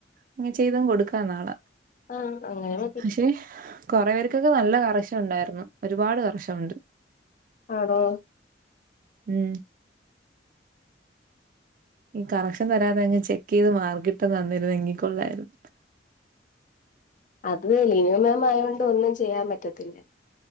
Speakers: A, on the right (about 50°); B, on the left (about 45°).
A: അങ്ങ് ചെയ്തങ്ങ് കൊടുക്കാന്നാളെ
B: ആഹ് അങ്ങനെ മതി
A: പക്ഷെ കൊറേ പേർക്കൊക്കെ നല്ല കറശനുണ്ടായിരുന്നു ഒരുപാട് കറശനുണ്ട്
B: ആണോ
A: ഉം ഈ കറക്ഷൻ തരാതെ അങ്ങ് ചെക്ക് ചെയ്ത് മാർക്കിട്ട് തന്നിരുന്നെങ്കി കൊള്ളാരുന്നു
B: അത് ലിനിമാംമായൊണ്ട് ഒന്നും ചെയ്യാൻ പറ്റത്തില്ല.